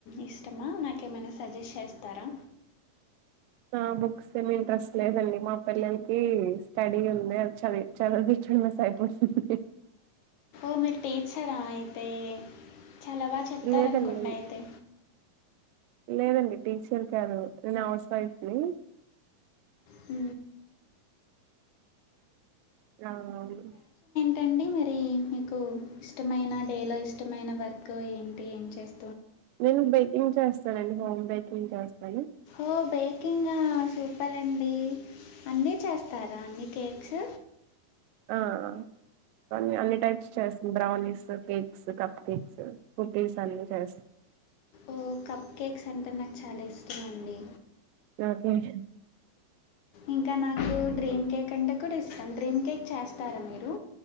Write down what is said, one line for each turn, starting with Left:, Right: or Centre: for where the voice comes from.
Left: ఇష్టమా నాకేమైనా సజెస్ట్ చేస్తారా
Right: ఆ బుక్స్ ఏమి ఇంట్రెస్ట్ లేదండి మా పిల్లలకి స్టడీ ఉంది అది చది చదివవ చన్నస్ అయిపోతుంది
Left: ఇ మీరు టీచరా అయితే చాలా బాగా చెప్తారనుకుంటా
Right: లేదండి
Left: అయితే
Right: లేదండి టీచర్ కాదు నేను హౌస్ వైఫ్ ని
Left: హ
Right: అవువును
Left: టండి మీరీ మీకు ఇష్టమైన డేలో ఇష్టమైన వర్క్ ఏంటి ఏం చేస్
Right: నేను బేకింగ్ చేస్తానండి. హోమ్ బేకింగ్ చేస్తాను.
Left: ఓ బేకింగా సూపరండి. అన్ని చేస్తారా అన్ని కేక్స్
Right: ఆఅ అన్ని అన్ని టైప్స్ చేస్న్ brownies, cakes, cupcakes, cookies అన్ని చేస్
Left: ఓ కప్ కేక్స్ అంటే నాకు చాలా ఇష్టంమండి.
Right: న కీష్
Left: ఇంకా నాకు డ్రీమ్ కేక్ అంటే కూడా ఇష్టం, డ్రీమ్ కేక్ చేస్తారా మీరు